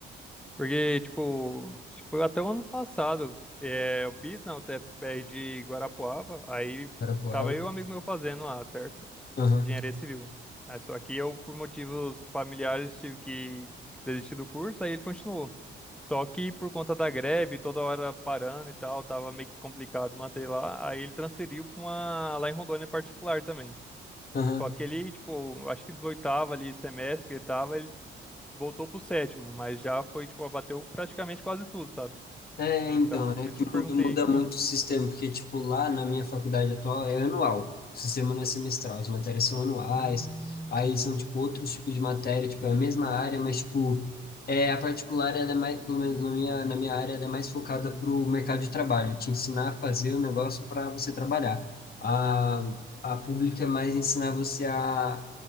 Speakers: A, in the centre; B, on the left (about 50°).
A: Porque, tipo, acho que foi até o ano passado, é, eu fiz na UTFPR de Guarapuava, aí
B: Era a palavra.
A: tava eu e um amigo meu fazendo lá, certo?
B: Aham,
A: engenharia civil. Né? Só que eu, por motivos familiares, tive que desistir do curso, aí ele continuou. Só que por conta da greve, toda hora parando e tal, tava meio que complicado manter lá, aí ele transferiu para uma lá em Rondônia particular também.
B: aham.
A: Só que ele, tipo, acho que do oitavo ali, semestre que ele tava, ele voltou pro sétimo, mas já foi, tipo, abateu praticamente quase tudo, sabe?
B: É,
A: Então,
B: então, é
A: por isso
B: que
A: que eu perguntei
B: muda, muda
A: que,
B: muito o sistema, porque, tipo, lá na minha faculdade atual é anual, o sistema não é semestral, as matérias são anuais,
A: hum,
B: aí são, tipo, outros tipos de matéria, tipo, é a mesma área, mas, tipo, é, a particular, ela é mais, pelo menos na minha, na minha área, ela é mais focada pro mercado de trabalho, te ensinar a fazer o negócio para você trabalhar. A, a pública é mais ensinar você a,